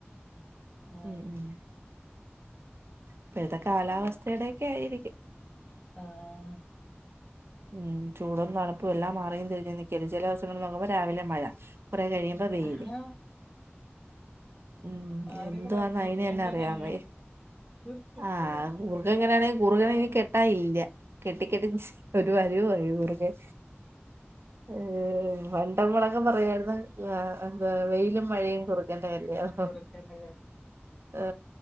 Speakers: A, in the centre; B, on the right.
A: ആഹ്
B: ഉം ഉം ഇപ്പോഴത്തെ കാലാവസ്ഥയുടെയൊക്കെ ആയിരിക്കും
A: ആഹ്
B: ഉം ചൂടൊന്നും തണുപ്പും എല്ലാം മാറിയും തിരിഞ്ഞും നൽക്കുവല്ലേ ചില ദിവസങ്ങ നോക്കുമ്പോ രാവിലെ മഴ കുറെ കഴിയുമ്പോ വെയില്
A: ആ
B: ഉം
A: ആദ്യൊക്കെ
B: എന്തുവാന്ന്
A: പറിംകുറുക്കന്റെ
B: അയിന് തന്നെ അറിയാൻ
A: കല്യാണ
B: വയ്യ
A: കുറുക്കന്റെ
B: ആഹ്
A: കല്യാണം
B: കുറുക്കൻ ഇങ്ങനാണെങ്കി കുറുക്കനെ
A: ആ
B: ഇനി കെട്ടാനില്ല കെട്ടി കെട്ടി ഒരു വരിവ്‌ വരും കുറക്കൻ ഏ പണ്ടമ്മളൊക്കെ പറയാരുന്നു ആ എന്താ വെയിലും മഴയും കുറ ക്കെൻ്റെ കല്യാണം
A: ചെറുക്കന്റെ
B: ഏ